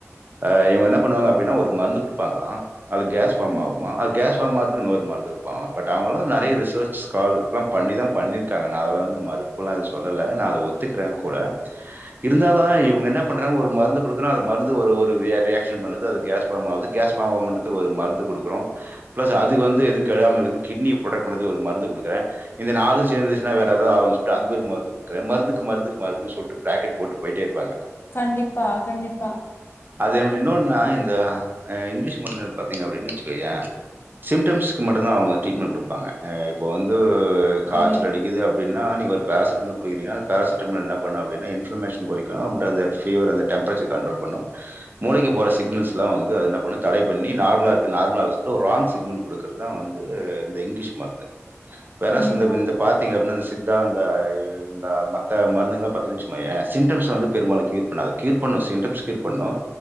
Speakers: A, on the right; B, on the left.
A: ஆஹ் இவங்க என்ன பண்ணுவாங்க அப்டினா ஒரு மருந்து குடுப்பாங்களா அது கேஸ்
B: ஓகே
A: ஃபாம் ஆகுமா அது கேஸ் த மாத்துக்கு ன்நோர் மர்ந்து பட் அவஙளு நறைய ரிசச் கால் லாம் பண்ணிதாம் பண்ணிர்க்காங்க நா அதலா வந்து மறுப்புலா எத் சொல்லல நா அத ஒத்துக்றேன் கூட இருந்தாலு இவங்க என்ன பண்றாங்க ஒரு மருந்து குடுக்குறான் அத மருந்து ஒரு ஒரு ரிய ரியாக்ஷனும் பண்ணுது அது கேஸ் ஃபாம் ஆவுது கேஸ் ஃபாம் ஆவுமுன்ருதுக்கு ஒரு மருந்து குடுக்குறோ ப்லஸ் அது வந்து எது கெடாமகது கிட்னிய ப்ரொடெக்ட் பன்றத்துக்கு ஒரு மருந்து குடுக்குறே இந்த நாலு சேந்துர்ச்னா வேற ஏதோ ஆவுன் சொல்ட்டு அதுக்கொரு மர்ந்து குடுக்கறே மருந்துக்கு மருந்துக்கு மருந்து சொல்ட்டு பேக்கெட் போட்டு போய்ட்டே ர்ப்பாங்க
B: கண்டிப்பா கண்டிப்பா
A: அது எப்டி இனோன்னா இந்த இங்க்லிஷ் மருந்து பாத்தீங்க அப்டின்னு வச்சுக்கோயேன் சிம்டம்ஸ் க்கு மட்டுந்தா அவங்க ட்ரீட்மெண் குடுப்பாங்க ஏ இப்போ வந்து காச்சல்
B: கண்டிப்
A: அடிக்கிது அப்டின்னா நீங்க ஒரு பேர்சடமல் குடிக்றீனா அந்ந பேர்சடமல் ன்ன பண்ணு அப்டின்னா இன்ஃபோமேஷன் கொறைக்கு பட் அந்த ஃபீவர் அந்த டெம்ப்ரேச்சர் கன்ட்ரோல் பண்ணு மூளைக்கி போற சிக்னல்ஸ்லா வந்து அது ன்ன பண்ணு தட பண்ணி நார்ம்லார்க்கு நார்ம்லாகு ஒர் ராங்க் சிக்னல் குடு க்கறதான் வந்து இந்த இங்கிலீஷ் மர்ந்து வேறஸ்
B: கண்டிப்பா
A: இந்தப் இந்த பாத்தீங்க அப்ட்னா ந்தசித்தா ந்த மத்த மருந்துங்ளா பாத்தினு வெச்கோயே சிம்டம்ஸ் வந்து பெரும்பாலு க்யூர் பன்னாது க்யூர் பண்ணு சிடம்ஸ் க்யூர் பண்ணு